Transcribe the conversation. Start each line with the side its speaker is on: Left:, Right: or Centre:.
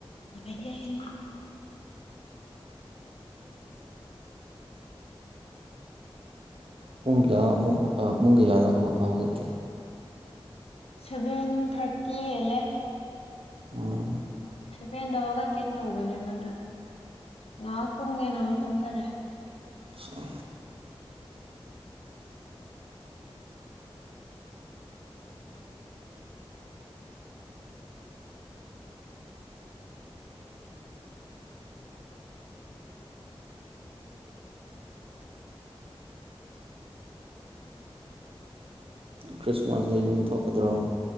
Left: ꯅꯨꯡꯉꯥꯢꯌꯦ
Right: ꯄꯨꯡ ꯀꯌꯥ ꯑꯃꯨꯛ ꯑꯥ ꯄꯨꯡ ꯀꯌꯥꯗ ꯍꯧꯒꯠꯀꯦ
Left: ꯁꯚꯦꯟ ꯊꯥꯔꯇꯤ ꯍꯦꯜꯂꯦ
Right: ꯎꯝ
Left: ꯁꯚꯦꯟꯗ ꯍꯧꯒꯠꯀꯦꯅ ꯇꯧꯕꯅꯦꯕ ꯑꯗꯨ ꯉꯥꯏꯍꯥꯛ ꯇꯨꯝꯒꯦꯅ ꯑꯃꯨꯛ ꯇꯨꯝꯊꯔꯦ
Right: ꯑꯠꯆꯥ ꯈ꯭ꯔꯤꯁꯃꯥꯁꯇ ꯌꯨꯝ ꯊꯣꯛꯀꯗ꯭ꯔꯣ